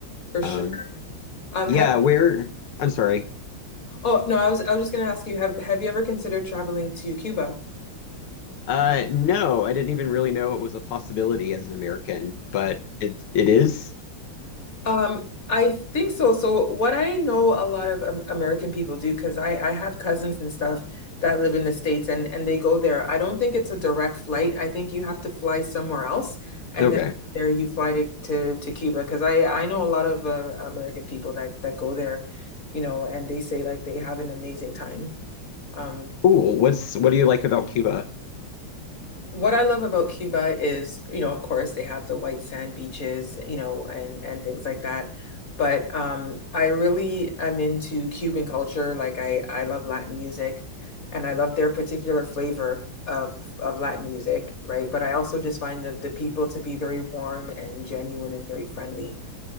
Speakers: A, on the left (about 40°); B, on the left (about 80°).
A: For sure.
B: Um
A: Um,
B: yeah,
A: have
B: where I'm sorry.
A: Oh, no, I was I was just gonna ask you, have have you ever considered traveling to Cuba?
B: Uh no, I didn't even really know it was a possibility as an American, but it it is.
A: Um, I think so. So what I know a lot of um, American people do, because I, I have cousins and stuff that live in the States and, and they go there. I don't think it's a direct flight. I think you have to fly somewhere else and
B: Okay.
A: then from there you fly to, to, to Cuba. Because I, I know a lot of uh, American people that, that go there, you know, and they say like they have an amazing time. Um,
B: Cool. What's what do you like about Cuba?
A: what I love about Cuba is, you know, of course they have the white sand beaches, you know, and and things like that. But um, I really am into Cuban culture. Like I I love Latin music, and I love their particular flavor of of Latin music, right? But I also just find the the people to be very warm and genuine and very friendly,